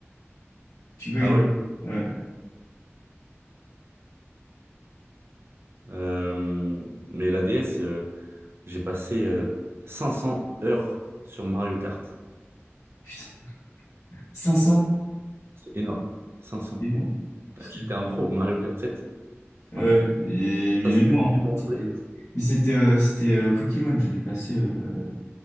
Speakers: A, on the left; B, on the right.
A: Tu bugs
B: Ah
A: un
B: ouais?
A: peu. Ouais.
B: Euh, mais la DS, euh, j'ai passé euh, 500 heures sur Mario Kart.
A: Putain. 500.
B: C'est énorme. cinq cents.
A: Énorme. Putain.
B: J'étais un pro, Mario Kart sept,
A: Ouais,
B: un pro.
A: mais, mais
B: Ça, c'est
A: même moi, hein,
B: des bons
A: c'est
B: souvenirs.
A: que... Mais c'était euh, c'était euh, Pokémon, j'avais passé euh,